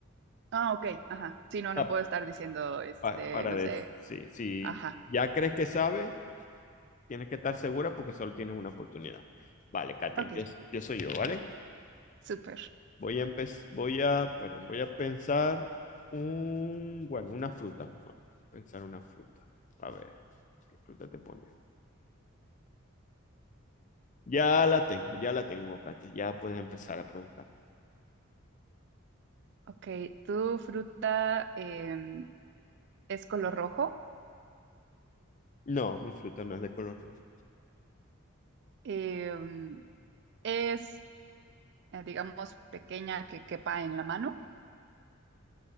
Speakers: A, on the right; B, on the left.
A: Ah, ok. Ajá. Sí, no,
B: Ah,
A: no puedo estar diciendo, este,
B: pa- Para,
A: no
B: decir,
A: sé.
B: sí, si
A: Ajá.
B: ya crees que sabes, Tienes que estar segura porque solo tienes una oportunidad. Vale, Katia,
A: Ok.
B: empiezo, empiezo yo, ¿vale?
A: Súper.
B: Voy a empe- voy a, perdón, voy a pensar un, bueno, una fruta mejor. Pensar una fruta. A ver, ¿qué fruta te pone? Ya la tengo, ya la tengo, Katia. Ya puedes empezar a preguntar.
A: Ok. ¿Tu fruta em, es color rojo?
B: No, mi fruta no es de color rojo.
A: Em, es, eh, digamos, pequeña que quepa en la mano.